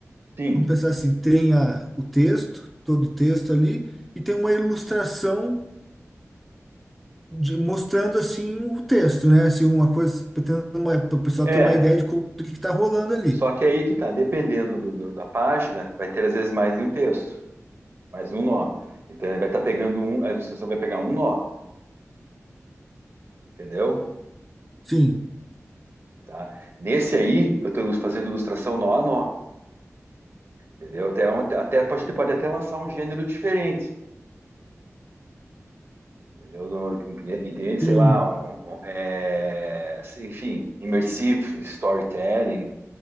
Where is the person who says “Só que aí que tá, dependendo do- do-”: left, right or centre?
Right